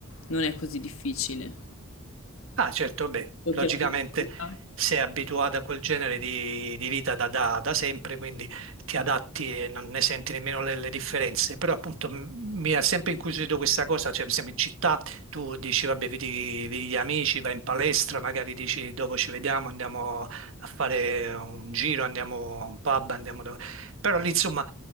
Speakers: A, on the left (about 75°); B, on the right (about 70°).
A: non è così difficile.
B: Ah, certo, beh,
A: Solo
B: logicamente
A: che la mentalità-
B: sei abituato a quel genere di, di vita da, da- da sempre, quindi ti adatti e non ne senti nemmeno le, le differenze. Però appunto m- mi ha sempre incuriosito questa cosa, cioè per esempio in città tu dici vabbè, vedi, vedi gli amici, vai in palestra, magari dici dopo ci vediamo, andiamo a fare un giro, andiamo a un pub, andiamo dove... Però lì insomma